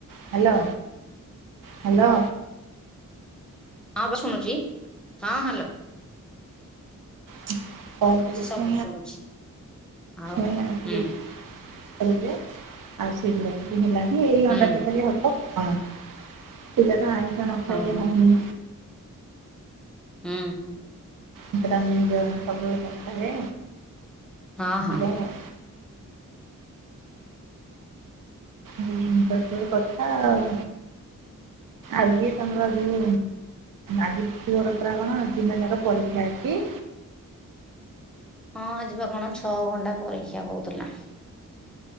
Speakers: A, on the right; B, in the centre.
A: ହ୍ୟାଲୋ ହ୍ୟାଲୋ।
B: ହଁ ବା ଶୁଣୁଚି। ହଁ ହ୍ୟାଲୋ।
A: <unintelligible> କରୁଚି।
B: ସବୁ ଶୁଣୁଛି ଆଉ
A: ଆଉ
B: ହୁଁ
A: ଶୀଘ୍ର ହେଲା ଯେ ଏଇ
B: ହୁଁ
A: ଅଣ୍ଡା ତରକାରୀ ଭାତ ଆଉଣ ପିଲାଟା ଆଇଁଷ ନ ଖାଇଲେ
B: ଓହୋ
A: ହଉନି।
B: ହୁଁ।
A: ସେଟା ଅନଲାଇନ୍ ରେ ସବୁବେଳେ ଖାଏ
B: ହଁ ହଁ ହଉ।
A: <unintelligible> ଏଇ ଜିନିଷ ସବୁ କଥା ଆଉ। ଆଜି ତମର ଯୋଉ ଆଜି ପୁଅର ପରା କଣ ଦିନ ଯାକ ପରୀକ୍ଷା ଅଛି।
B: ହଁ ଆଜି ବା କଣ ଛଅ ଘଣ୍ଟା ପରୀକ୍ଷା କହୁଥିଲା।